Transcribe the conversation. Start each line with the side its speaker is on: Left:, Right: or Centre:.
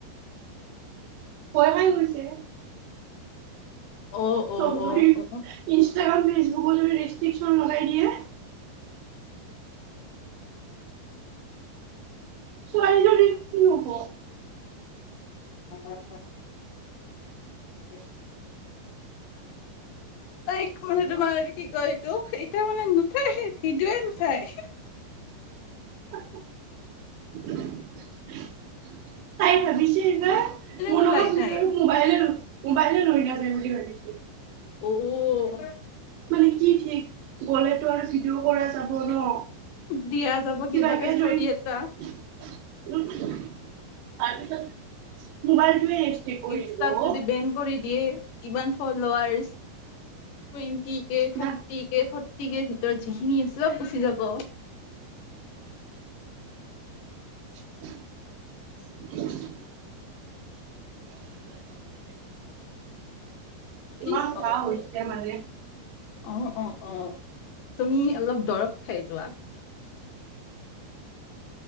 Right: পোৱা নাই কৈছে
Left: অ অ
Right: চব
Left: অ
Right: যদি ইনষ্টাগ্ৰাম
Left: অ
Right: ফেচবুক যদি ৰিষ্ট্ৰিকচন লগাই দিয়ে ছোৱালীজনি কি হব?
Left: <unintelligible> উম তাইক মানে তোমাৰ কি কয় এইটো এতিয়া মানে নুঠায় ভিদ য়ে নুঠায়
Right: তাই ভাবিছে নাই মোৰ লগা আৰু মোবাইলে মোবাইলে
Left: নোলাই তাই
Right: লৈ নাযায় বুলি ভাবিছে
Left: উম হু
Right: মানে কি ঠিক গ'লেতো আৰু ভিডিঅ' কৰা যাব ন
Left: দিয়া যাব
Right: কিবাকে
Left: ষ্টৰি
Right: যদি
Left: এটা
Right: উম তাৰপিছত মোবাইলটোৱা ৰেষ্ট্ৰক কৰি
Left: ইনষ্টাত
Right: দিব অ'
Left: যদি বেন কৰি দিয়ে ইমান ফলাৰ টুৱেন্টি কে থাৰ্টি
Right: না
Left: কে ফলোৱাৰচ কে ফৰ্টি কে ভিতৰত যিখিনি আছে চব গুচি যাব।
Right: <unintelligible>
Left: কি
Right: ইমান
Left: পাব
Right: গা হৈছে মানে
Left: অ' অ' অ' তুমি অলপ দৰৱ খাই যোৱা।